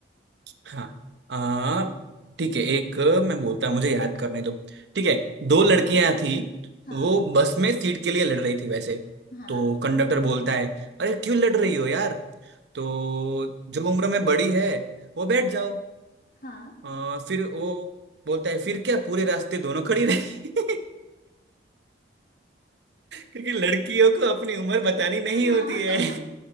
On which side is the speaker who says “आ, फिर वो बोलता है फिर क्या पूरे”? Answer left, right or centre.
Right